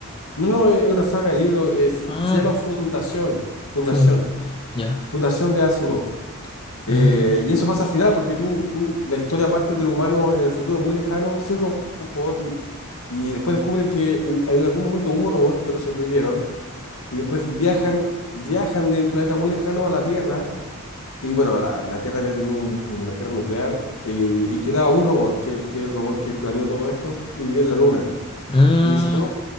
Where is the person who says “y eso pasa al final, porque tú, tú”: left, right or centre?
Left